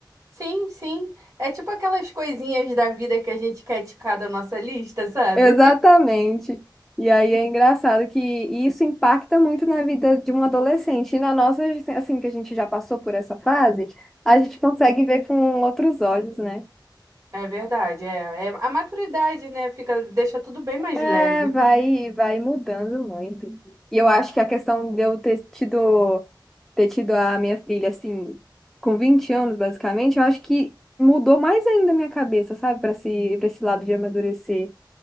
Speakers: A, on the right; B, in the centre.
A: Sim, sim. É tipo aquelas coisinhas da vida que a gente quer ticar da nossa lista, sabe?
B: Exatamente.
A: <laughs>
B: E aí é engraçado que isso impacta muito na vida de um adolescente. E na nossa, assim, que a gente já passou por essa fase, a gente consegue ver com outros olhos, né?
A: É verdade, é, é a maturidade, né? Fica, deixa tudo bem mais
B: É,
A: leve.
B: vai, vai mudando muito. E eu acho que a questão de eu ter tido, ter tido a minha filha, assim, com 20 anos, basicamente, eu acho que mudou mais ainda a minha cabeça, sabe? Pra esse, pra esse lado de amadurecer.